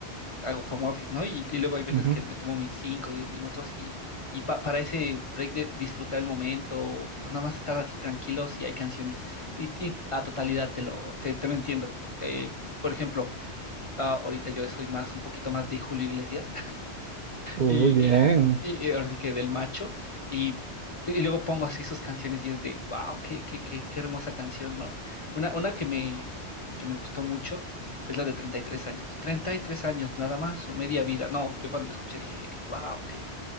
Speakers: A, on the left; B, on the right.
A: hago home office, ¿no? Y, y luego hay veces
B: Ujú.
A: que me tomo mis 5, o 10 minutos y, y pa- para ese break de disfrutar el momento o nada más estar así tranquilos y hay canciones. Y, y a totalidad te lo, te, te lo entiendo. Eh, por ejemplo, ah, ahorita yo soy más, un poquito más de Julio Iglesias
B: Uy,
A: y,
B: bien.
A: y, y- ahora sí que del macho, y, y luego pongo así sus canciones y es de, wow, qué, qué, qué, qué hermosa canción, ¿no? Una, una que me, que me gustó mucho es la de 33 años. treinta y tres años nada más, su media vida. No, yo cuando la escuché dije, wow, qué,